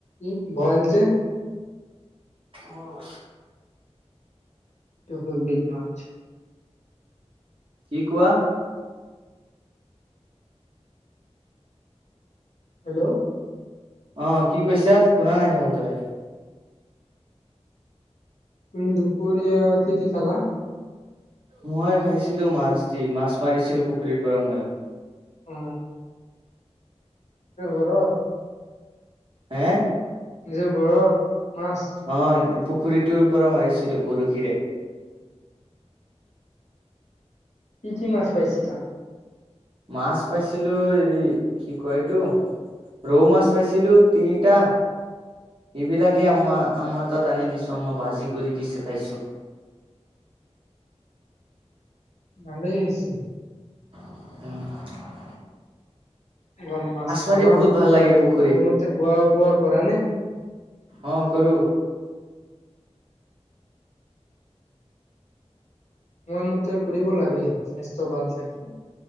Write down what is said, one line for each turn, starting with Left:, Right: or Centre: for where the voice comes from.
Left: এ বৰাইল যে।
Right: হয়।
Left: এইটো <unintelligible>
Right: কি কোৱা।
Left: হেল্ল।
Right: অ', কি কৈছা, শুনা নাই ভালদৰে।
Left: তুমি, দুপৰীয়া কি দি খালা।
Right: ময়, খাইছিলোঁ মাছ দি। মাছ মাৰিছিলোঁ পুখুৰীৰ পৰা ম‌ইয়ো।
Left: অ। তোৰ ঘৰৰ
Right: হে
Left: নিজৰ ঘৰৰ মাছ
Right: অ পুখুৰীটোৰ পৰা মাৰিছিলোঁ বৰশীৰে
Left: কি কি মাছ পাইছিলা?
Right: মাছ পাইছিলোঁ হেৰি কি কয়, এইটো ৰৌ মাছ পাইছিলো তিনিটা। এইবিলাকে আমা আমাৰ তাত আনি দিছোঁ মোক ভাজি কৰি দিছে, খাইছোঁ।
Left: ভালেই হৈছে।
Right: <unintelligible>
Left: এইবাৰ মাছ
Right: মাৰি
Left: খাবা?
Right: বহুত ভাল লাগে পুখুৰীত
Left: সময়মতে খোৱা বোৱা কৰা নে?
Right: অ কৰো
Left: সময়মতে কৰিব লাগে, স্বাস্থ্য ভাল থাকে।